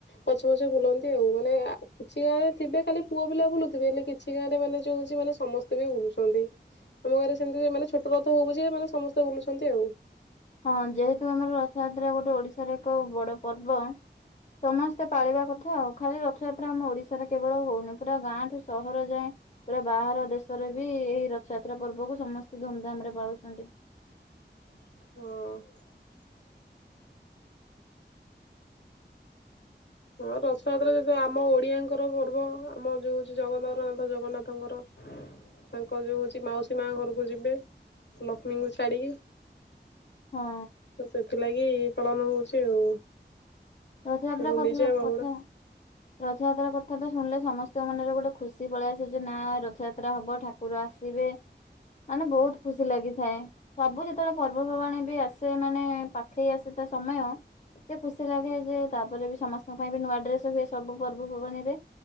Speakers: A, on the left; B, on the left.
A: ପଛେ ପଛେ ବୁଲନ୍ତି ଆଉ ମାନେ ଆ କିଛି ଗାଁରେ ଥିବେ ଖାଲି ପୁଅ ପିଲା ବୁଲୁଥିବେ ହେଲେ କିଛି ଗାଁ ରେ ମାନେ ଯୋଉ ହୋଉଚି ମାନେ ସମସ୍ତେ ବି ବୁଲୁଛନ୍ତି। ଆମ ଗାଁରେ ସେମିତି ହୁଏ ମାନେ ଛୋଟ ରଥ ହୋଉ ପଛିକା ମାନେ ସମସ୍ତେ ବୁଲୁଛନ୍ତି ଆଉ।
B: ହଁ ଯେହେତୁ ଆମର ରଥଯାତ୍ରା ଗୋଟେ ଓଡ଼ିଶା ର ଏକ ବଡ଼ ପର୍ବ। ସମସ୍ତେ ପାଳିବା କଥା ଆଉ ଖାଲି ରଥଯାତ୍ରା ଆମ ଓଡିଶାରେ କେବଳ ହୋଉନି ପୁରା ଗାଁଠୁ ସହର ଯାଏଁ ପୁରା ବାହାର ଦେଶରେ ବି ଏଇ ରଥଯାତ୍ରା ପର୍ବକୁ ସମସ୍ତେ ଧୁମ୍ ଧାମ ରେ ପାଳୁଛନ୍ତି।
A: ହଁ। ହଁ ରଥଯାତ୍ରା ଯେହେତୁ ଆମ ଓଡିଆଙ୍କର ପର୍ବ ଆମ ଯୋଉ ଚି ଜଗତର ନାଥ ଜଗନ୍ନାଥଙ୍କର
B: <inaudible>
A: ତାଙ୍କ ଯୋଉ ହୋଉଚି ମାଉସୀ ମା ଘରକୁ ଯିବେ ଲକ୍ଷ୍ମୀଙ୍କୁ ଛାଡ଼ିକି।
B: ହଁ।
A: ତ ସେଥିଲାଗି ପାଳନ ହୋଉଚି ଆଉ।
B: ରଥଯାତ୍ରା
A: ଗୁଣ୍ଡିଚା
B: କରିଥିଲ
A: ବାହୁଡା
B: କଥା ରଥଯାତ୍ରା କଥା ତ ଶୁଣିଲେ ସମସ୍ତଙ୍କ ମନରେ ଗୋଟେ ଖୁସି ପଳେଇ ଆସେ ଯେ ନା ରଥଯାତ୍ରା ହବ ଠା ଠାକୁର ଆସିବେ ମାନେ ବହୁତ୍ ଖୁସି ଲାଗିଥାଏ। ସବୁ ଯେତେବେଳେ ପର୍ବ ପର୍ବାଣୀ ବି ଆସେ ମାନେ ପାଖେଇ ଆସେ ତା ସମୟ ଏତେ ଖୁସି ଲାଗେ ଯେ ତାପରେ ବି ସମସ୍ତଙ୍କ ପାଇଁ ବି ନୂଆ ଡ୍ରେସ୍ ହୁଏ ସବୁ ପର୍ବ ପର୍ବାଣୀ ରେ।